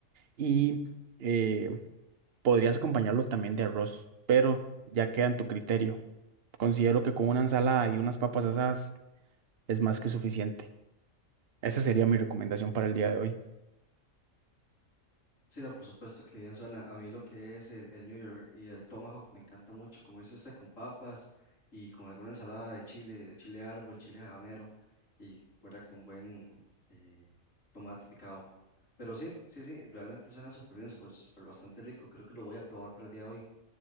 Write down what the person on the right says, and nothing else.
y eh, Podrías acompañarlo también de arroz, pero ya queda en tu criterio. Considero que con una ensalada y unas papas asadas es más que suficiente. Esta sería mi recomendación para el día de hoy.